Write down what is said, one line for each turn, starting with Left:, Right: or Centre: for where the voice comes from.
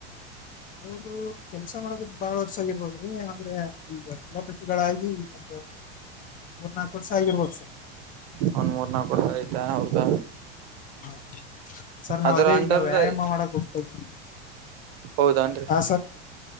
Left: ಅವರು ಕೆಲ್ಸ ಮಾಡಕದ ಬಾಳ್ ವರ್ಷ ಆಗಿರ್ಬೋದ್ರಿ ಅಂದ್ರೆ ಈಗ ಕುಲಪತಿಗಳಾಗಿ ಈ ಒಂದು ಮೂರ್ನಾಲ್ಕು ವರ್ಷ ಆಗಿರ್ಬೋದು ಸರ.
Right: ಅವನ್ ಮೂರ್ ನಾಲ್ಕು ವರ್ಷ ಆಯ್ತ್ ಅವ್ರದ
Left: ಹಾ ಸರ್ ನಾವ್
Right: ಅದ್ರ
Left: ಅದೇ
Right: ಅಂಡರ್ದ
Left: ಈಗ ವ್ಯಾಯಾಮ ಮಾಡಕ್ ಹೋಗ್ತಾ ಇದ್ವಿ.
Right: ಹೌದನ್ರಿ
Left: ಹಾ ಸರ್